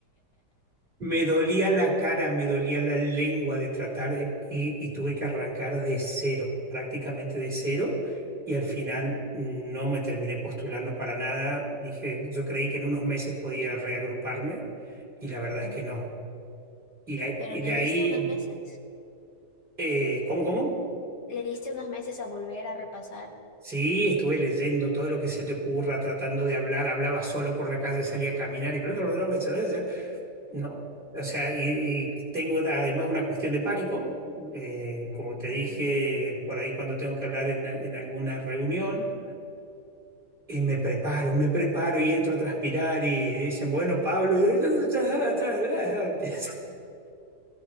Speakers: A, on the right (about 30°); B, on the left (about 75°).
A: Me dolía la cara, me dolía la lengua de tratar de- y, y tuve que arrancar de cero, prácticamente de cero. Y al final no me terminé postulando para nada. Dije, yo creí que en unos meses podía reagruparme y la verdad
B: Ujú.
A: es que no. Y, ahí-
B: Pero
A: y
B: ¿le
A: de ahí,
B: diste unos meses?
A: eh, ¿cómo, cómo?
B: ¿Le diste unos meses a volver a repasar?
A: Sí, estuve leyendo todo lo que se te ocurra, tratando de hablar. Hablaba solo por la calle, salía a caminar y bla, bla, bla, bla, bla, bla, bla. No, o sea, y, y tengo además una cuestión de pánico, eh, como te
B: Um,
A: dije por ahí cuando tengo que hablar en, en alguna reunión, y me preparo, me preparo y entro a transpirar y dicen, bueno, Pablo, y <laughs> empieza.